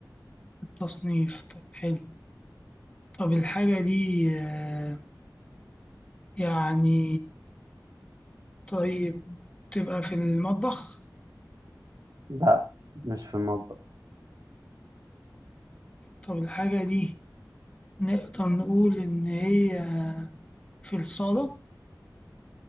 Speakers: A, on the left; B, on the right.
A: تصنيف طب حلو طب الحاجة دي آه، يعني طيب تبقى في المطبخ
B: لا مش في المطبخ
A: طب الحاجة دي نقدر نقول إن هي في الصالة